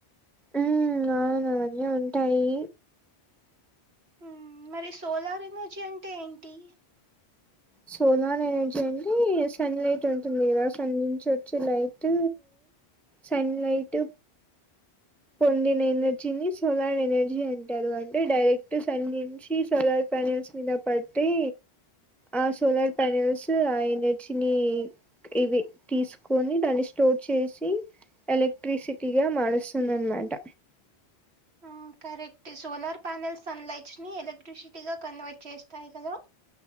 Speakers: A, in the centre; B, on the right.
A: మ్ అవును అవన్నీ ఉంటాయి
B: న్ మరి సోలార్ ఎనర్జీ అంటే ఏంటి
A: సోలార్ ఎనర్జీ అండి సన్ లైట్ ఉంటుంది కదా సన్ నుంచి వచ్చే లైట్ సన్లైట్ పొందిన ఎనర్జీని సోలార్ ఎనర్జీ అంటారు అంటే డైరెక్ట్ సన్ నుంచి సోలార్ పెరల్స్ మీద పట్టి ఆ సోలార్ పనెల్స్ ఆ ఎనర్జిని ఇవి తీసుకొని దాన్ని స్టోర్ చేసి ఎలక్ట్రిసిటీగా మారుస్ దన్నమాట
B: ఆ correct solar panel sun lights ని ఎలక్ట్రిసిటీగా కన్వర్ట్ చేస్తాయి కదా